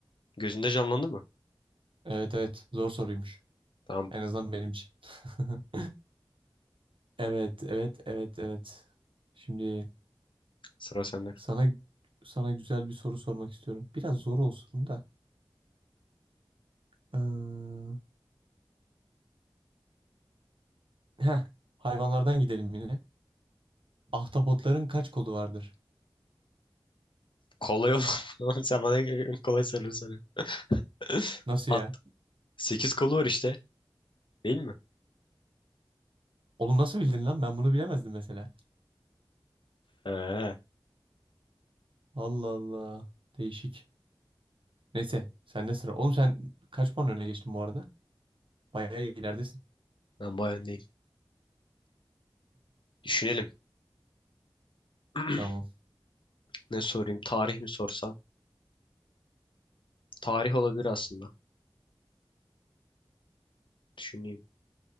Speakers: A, on the left; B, on the right.
A: Gözünde canlandı mı?
B: Evet evet zor soruymuş.
A: Tamam
B: En azından benim için. <laughs> Evet evet evet evet. Şimdi
A: sıra sende.
B: sana sana güzel bir soru sormak istiyorum. Biraz zor olsun da. Ee, heh, hayvanlardan gidelim yine. Ahtapotların kaç kolu vardır?
A: Kolay ol. <laughs> Sen bana kolay soruları soruyorsun. <laughs>
B: Nasıl
A: At.
B: ya?
A: Sekiz kolu var işte. Değil mi?
B: Oğlum nasıl bildin lan? Ben bunu bilemezdim mesela.
A: Ee,
B: Allah Allah. Değişik. Neyse sende sıra. Oğlum sen kaç puan öne geçtin bu arada? Bayağı ileridesin.
A: ben bayağı öndeyim. Düşünelim. <clears throat>
B: Tamam.
A: Ne sorayım? Tarih mi sorsam? Tarih olabilir aslında. Düşüneyim.